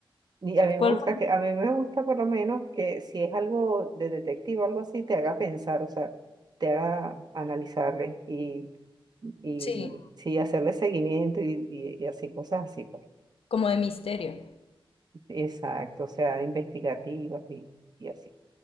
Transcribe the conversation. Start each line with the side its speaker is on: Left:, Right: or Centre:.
Right: Y a mí
Left: ¿cuál
Right: me gusta
Left: fue?
Right: que, a mí me gusta por lo menos que si es algo de detective o algo así, te haga pensar, o sea, te haga analizarle y, y,
Left: Sí,
Right: y sí, hacerle seguimiento y, y, y así, cosas así. pues.
Left: como de misterio.
Right: Exacto, o sea, investigativas y, y así.